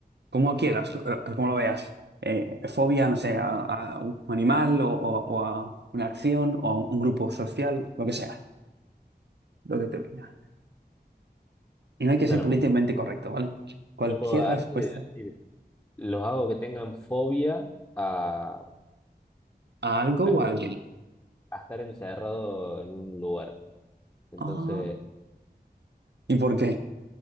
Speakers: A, on the right (about 80°); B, on the left (about 15°).
A: Como quieras, eh, como lo veas. Eh, fobia, no sé, a, a un animal o, o- o a una acción o a un grupo social, lo que sea, lo que te venga. Y no hay que
B: Claro,
A: ser políticamente
B: porque
A: correcto, ¿vale? Cualquier
B: yo puedo agarrar
A: respuesta
B: y decir, los hago que tengan fobia a,
A: a algo
B: a-
A: o a alguien.
B: a estar encerrado en un lugar. Entonces,
A: Ah, ¿y por qué?